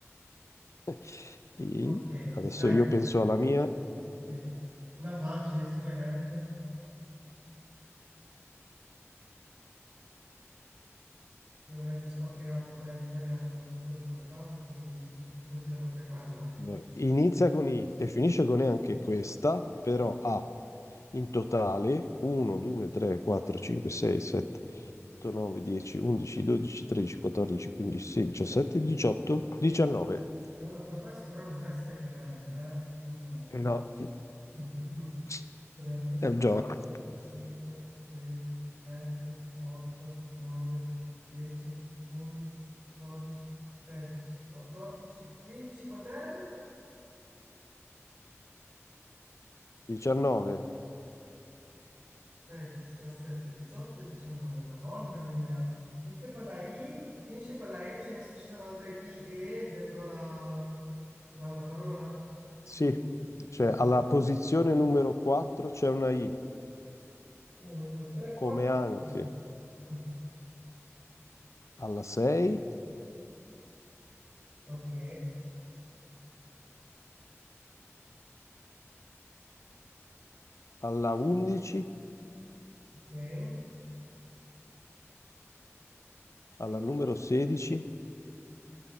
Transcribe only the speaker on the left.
<laughs> I-
adesso
io penso alla mia.
Allora, Inizia con I e finisce con E anche questa, però ha in totale 1, 2, 3, 4, 5, 6, 7, 8, 9, 10, 11, 12, 13, 14, 15, 16, 17, 18, 19.
No,
<laughs>
è un
gioco.
19.
Sì,
cioè
alla posizione numero 4 c'è una I,
come
anche
alla 6,
alla 11,
alla numero 16